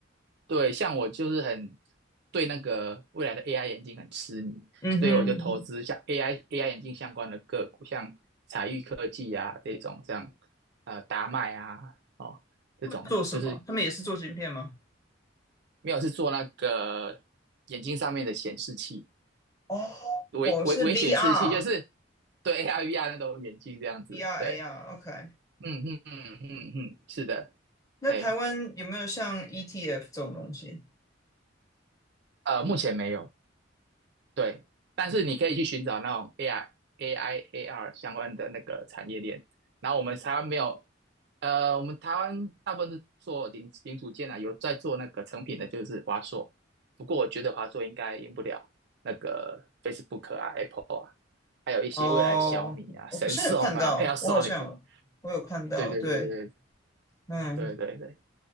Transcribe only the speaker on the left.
嗯哼，
嗯哼
做什么？
他们也是做晶片吗？
哦，
哦，是 VR、
VR、
AR，OK。
那台湾有没有像
ETF 这种东西？
哦，我好像有看到，
我好像有我有看到，
对，嗯，